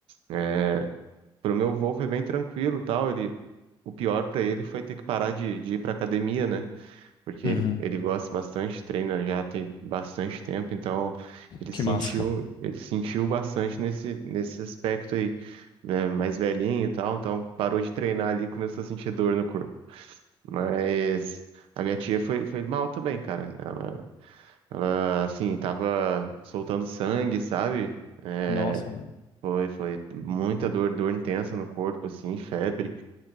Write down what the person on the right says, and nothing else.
É, pro meu avô foi bem tranquilo e tal. Ele, o pior para ele foi ter que parar de, de ir pra academia, né? porque
ele, ele gosta bastante, treina já tem bastante tempo, então ele sentiu,
ele sentiu bastante nesse, nesse aspecto aí, né? Mais velhinho e tal, então parou de treinar ali e começou a sentir dor no corpo. Mas a minha tia foi, foi mal também, cara. Ela, ah, assim, tava soltando sangue, sabe? É,
foi, foi muita dor, dor intensa no corpo, assim, febre.